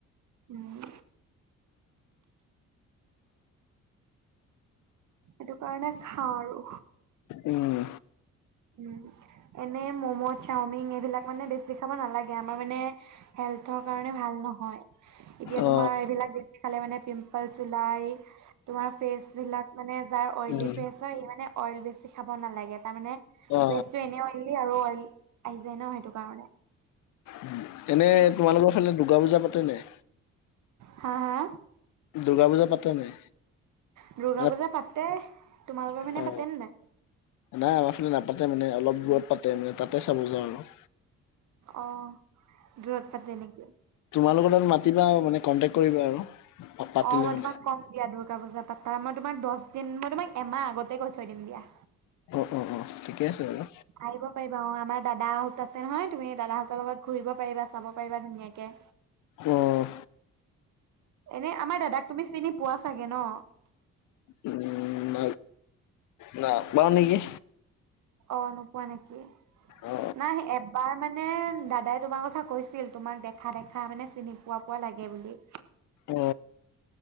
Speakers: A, on the right; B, on the left.
A: উম। সেইটো কাৰণে খাওঁ আৰু।
B: উম
A: উম। এনে ম'ম' চাওমিন এইবিলাক মানে বেছি খাব নালাগে আমাৰ মানে হেল্থৰ কাৰণে ভাল নহয়, এতিয়া
B: অ
A: তোমাৰ এইবিলাক বেছি খালে মানে পিম্পলচ্ ওলাই, তোমাৰ ফেচ বিলাক মানে যাৰ অইলি
B: উম
A: ফেচ হয় ই মানে অইল বেছি খাব নালাগে তাৰ মানে,
B: অ
A: ভেজটো এনে অইলি আৰু অইল, আহি যায় ন সেইটো কাৰণে।
B: উম, এনে তোমালোকৰ ফালে দুৰ্গা পূজা পাতে নাই?
A: হা হা,
B: দুৰ্গা পূজা পাতে নাই
A: দুৰ্গা
B: মানে
A: পূজা পাতে। তোমালোকৰ পিনে
B: অ
A: পাতে নে নাই?
B: নাই আমাৰ ফালে নাপাতে মানে অলপ দূৰত পাতে মানে তাতে চাব যাওঁ আৰু।
A: অঁহ', দূৰত পাতে নেকি?
B: তোমালোকৰ তাত মাতিবা আও মানে কণ্টেক্ট কৰিবা আৰু? পাতিলে
A: অ', মই
B: মানে
A: তোমাক কম দিয়া দুৰ্গা পূজা পাতাৰ মই তোমাক দহ দিন মই তোমাক এমাহ আগতে কৈ থৈ দিম দিয়া।
B: অ', - অ', - অ', ঠিকে আছে বাৰু।
A: আহিব পাৰিবা অঁহ', আমাৰ দাদাহঁত আছে নহয় তুমি দাদাহঁতৰ লগত ঘূৰিব পাৰিবা চাব পাৰিবা ধুনীয়াকে।
B: অঁহ',।
A: এনে আমাৰ দাদাক তুমি চিনি পোৱা চাগে ন?
B: উম ন, নাপাও নেকি।
A: অ', নোপোৱা নেকি,
B: অ
A: নাই এবাৰ মানে মানে দাদাই তোমাৰ কথা কৈছিল তোমাক দেখা দেখা মানে চিনি পোৱা পোৱা লাগে বুলি।
B: অ,